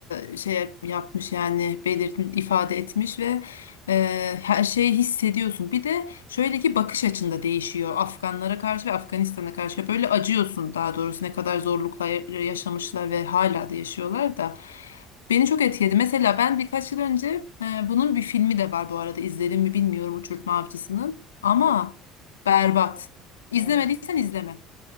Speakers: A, on the left; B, on the right.
A: e, şey yap- yapmış yani belirtmiş, ifade etmiş ve e, her şeyi hissediyorsun. Bir de şöyle ki bakış açında değişiyor Afganlara karşı ve Afganistan'a karşı. Böyle acıyorsun daha doğrusu ne kadar zorluklar ya- yaşamışlar ve hala da yaşıyorlar da. Beni çok etkiledi. Mesela ben birkaç yıl önce e, bunun bir filmi de var bu arada izledim mi bilmiyorum Uçurtma Avcısı'nın ama
B: Yok, film
A: berbat.
B: izlemedim.
A: İzlemediysen
B: Evet,
A: izleme.